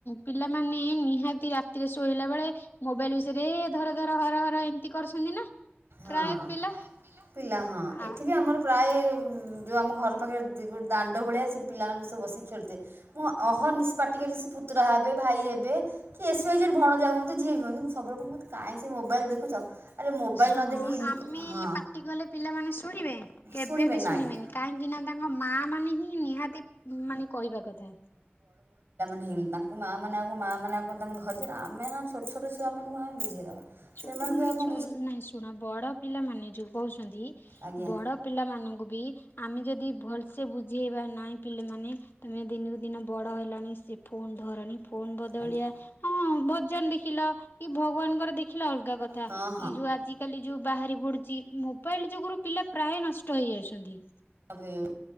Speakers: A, on the left; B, on the right.
A: ପିଲାମାନେ ନିହାତି ରାତିରେ ଶୋଇଲା ବେଳେ ମୋବାଇଲ ବିଷୟରେ ଧର ଧର ହର ହର ଏମିତି କରୁଛନ୍ତି ନା।
B: ହଁ।
A: ପ୍ରାୟ ପିଲା
B: ପିଲା ହଁ ଏଠି
A: ଆ
B: ବି ଆମର ପ୍ରାୟ ଯୋଉ ଆମ ଘର ପାଖରେ ଗୋଟେ ଦାଣ୍ଡ ଭଳିଆ ସେଠି ପିଲାମାନଙ୍କୁ ସବ ବସି ଖେଳୁଥେ ମୁଁ ଅହରନିସ ପାଟି ସେ ପୁତୁରା ହେବେ ଭାଇ ହେବେ କି ଏସ ୱ ଦେବ ଭଣଜା ହୁଅନ୍ତି ଯିଏ ବି ହୁଅନ୍ତି ମୁଁ ସବୁବେଳେ କାଇଁ ସେ ମୋବାଇଲ ଦେଖୁଛ ଆରେ ମୋବାଇଲ୍
A: ଶୁଣ
B: ନ ଦେଖି ଇନକ
A: ଆମେ
B: ହଁ
A: ପାଟି କଲେ ପିଲାମାନେ ଶୁଣି ବେ କେବେ
B: ଶୁଣିବେ
A: ବି ଶୁଣିବେନି
B: ନାହିଁ
A: କାହିଁକି ନା ତାଙ୍କ ମା ମାନେ ହିଁ ନିହାତି ମାନେ କହିବା କଥା
B: ହେ ତାଙ୍କୁ ମାଆମାନେ ଆଉକଣ ମାଆମାନେ ଆଉକଣ ତାଙ୍କୁ ଧରିଛନ୍ତି ଆମେ ହଁ ଛୋଟ ଛୋଟ ଛୁଆମାନଙ୍କୁ ଆମେ ବୁଝେଇ ଦେେବା।
A: ଛୋଟ
B: ସେମାନଙ୍କୁ
A: ମାନେ
B: ଆଉ କଣ
A: ଛୁ ନାଇଁ ଶୁଣ ବଡ ପିଲାମାନେ ଯୋଉ ଅଛନ୍ତି
B: ଆଜ୍ଞା
A: ବଡ ପିଲାମାନଙ୍କୁ ବି ଆମେ ଯଦି ଭଲସେ ବୁଝିେଇବା ନାହିଁ ପିଲାମାନେ ତମେ ଦିନକୁ ଦିନ ବଡ ହେଲାଣି ସେ ଫୋନ ଧରନି ଫୋନ ବଦଳିଆ
B: ଆଜ୍ଞା
A: ହଁ ଭଜନ ଦେଖିଲ କି ଭଗବାନଙ୍କର ଦେଖ ଦେଖିଲା ଅଲଗା କଥା
B: ହଁ ହଁ
A: ଏଇ ଯୋଉ ଆଜିିକାଲି ଯେଉ ବାହାରି ପଡୁଛି ମୋବାଇଲ ଯୋଗୁରୁ ପିଲା ପ୍ରାୟ ନଷ୍ଟ ହେଇଯାଉଛନ୍ତି।
B: ବରବାଦ